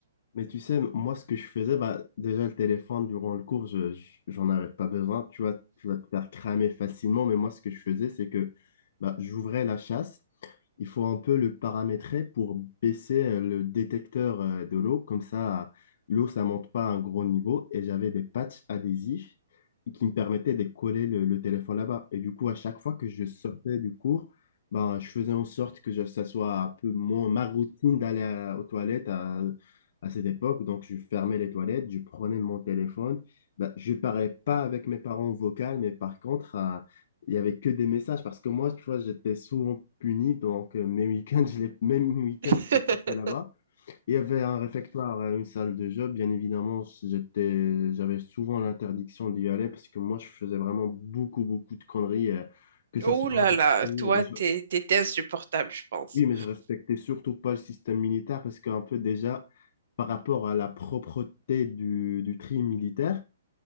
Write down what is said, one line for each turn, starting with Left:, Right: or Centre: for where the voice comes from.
Left: Mais tu sais, moi, ce que je faisais, bah, déjà, le téléphone, durant le cours, je, je- j'en avais pas besoin. Tu vois, tu vas te faire cramer facilement. Mais moi, ce que je faisais, c'est que bah, j'ouvrais la chasse il faut un peu le paramétrer pour baisser euh, le détecteur euh, de l'eau. Comme ça, l'eau, ça monte pas à un gros niveau. Et j'avais des patchs adhésifs qui me permettaient de coller le, le téléphone là-bas. Et du coup, à chaque fois que je sortais du cours, ben, je faisais en sorte que je- ça soit un peu mon, ma routine d'aller à- aux toilettes à, à cette époque. Donc, je fermais les toilettes, je prenais mon téléphone. Ben, je parlais pas avec mes parents vocal, mais par contre, euh, il y avait que des messages parce que moi, tu vois, j'étais souvent puni. Donc, euh, mes week-ends, je les, même mes week-ends,
Right: <laughs>
Left: je les passais là-bas. Il y avait un réfectoire, euh, une salle de jeu. Bien évidemment, j'étais, j'avais souvent l'interdiction d'y aller parce que moi, je faisais vraiment beaucoup, beaucoup de conneries. euh, que ça
Right: Oh
Left: soit
Right: là
Left: en
Right: là,
Left: cours.
Right: toi,
Left: Ben, je-
Right: t'es- t'étais insupportable, je pense.
Left: Oui, mais je respectais surtout pas le système militaire parce qu'un peu déjà, par rapport à la propreté du, du tri militaire,